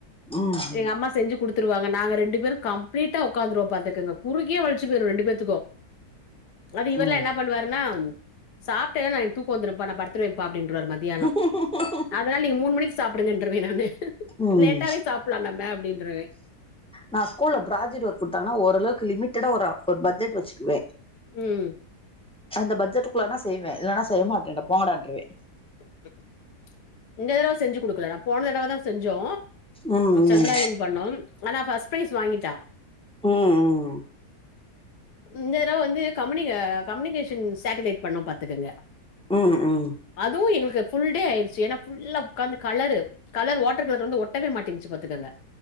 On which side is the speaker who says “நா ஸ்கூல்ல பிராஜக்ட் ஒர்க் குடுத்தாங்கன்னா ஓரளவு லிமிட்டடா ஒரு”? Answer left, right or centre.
Centre